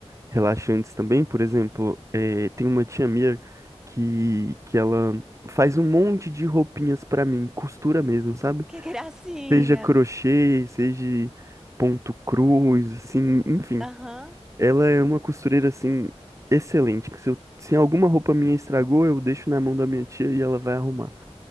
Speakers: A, on the right; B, in the centre.
A: relaxantes também? Por exemplo, é, tem uma tia minha que, que ela faz um monte de roupinhas pra mim, costura mesmo, sabe?
B: Que <laughs> gracinha!
A: Seja crochê, seja ponto cruz, assim, enfim.
B: Aham.
A: Ela é uma costureira assim excelente, que se, eu- se alguma roupa minha estragou, eu deixo na mão da minha tia e ela vai arrumar.